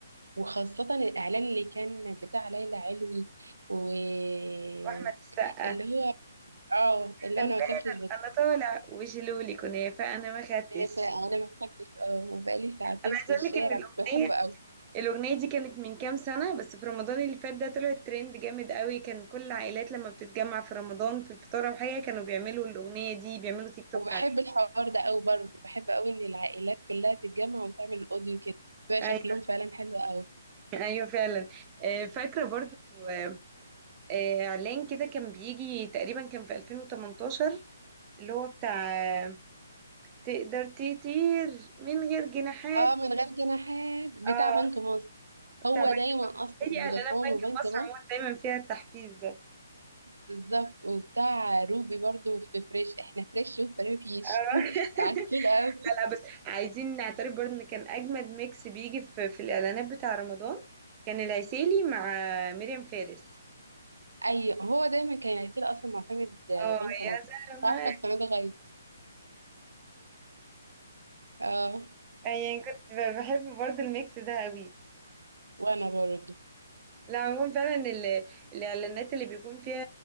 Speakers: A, on the right (about 75°); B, on the right (about 25°).
A: وخاصه الاعلان اللي كان بتاع ليلى علوي واللي
B: وأحمد السقا
A: هو اه اللي
B: لمبالا
A: هو انا ما اكلتش
B: أنا طالع وشلولي كنافة أنا ما خدتش
A: في انا ما خدتش اه وبقالي ساعتين
B: انا عايزه
A: في
B: اقول
A: الشارع
B: لك ان الاغنيه
A: كنت بحبه قوي
B: الاغنيه دي كانت من كام سنه بس في رمضان اللي فات ده طلعت ترند جامد قوي كان كل العائلات لما بتتجمع في رمضان في الفطار او حاجه كانوا بيعملوا الاغنيه دي بيعملوا تيك توك
A: وبحب
B: عليها
A: الحوار ده قوي برضه بحب قوي ان العائلات كلها تتجمع وتعمل الاوديو كده بيبقى
B: ايوه
A: شكلهم فعلا حلو قوي
B: ايوه فعلا آه، فاكره برضو آه، آه، اعلان كده كان بيجي تقريبا كان في 2018 اللي هو بتاع آه، تقدر تطير من غير جناحات
A: اه من غير جناحات بتاع
B: اه
A: بنك مصر
B: بتاع
A: هو
B: بنك
A: دايما اصلا
B: اي
A: فودافون
B: اعلانات بنك
A: وبنك
B: مصر
A: مصر
B: عموما دايما فيها التحفيز ده
A: بالظبط وبتاع روبي برضه في فريش احنا فريش وفريش
B: اه
A: <laughs> عسول قوي
B: لا لا بس عايزين نعترف برضه ان كان اجمد ميكس بيجي في, في الاعلانات بتاع رمضان كان العسيلي مع مريم فارس
A: ايوه هو دايما كان عسول اصلا معتمد آه،
B: اه
A: بنك مصر
B: يا زهرة ما
A: عارفه السنه دي غير اه
B: يعني كنت ب- بحب برضه الميكس ده قوي
A: وانا برضه
B: لا عموما فعلا ال- الاعلانات اللي بيكون فيها